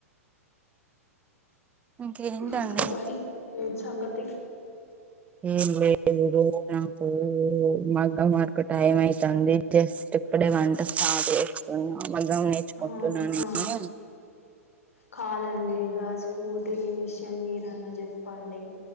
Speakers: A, on the right; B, on the left.
A: ఇంకేంటండి
B: ఇంక మరీ ఏంటి సంగతీ
A: ఏం లేదూ నాకూ మగ్గం వర్కు టైం అయితాందీ జస్ట్ ఇప్పుడే వంట స్టార్ట్ చేస్తున్నా మగ్గం నేర్చ్కుంటున్న
B: ఆహా
A: నేను
B: కాదండి ఇగ స్కూటీ విషయం మీరన్న చెప్పండి.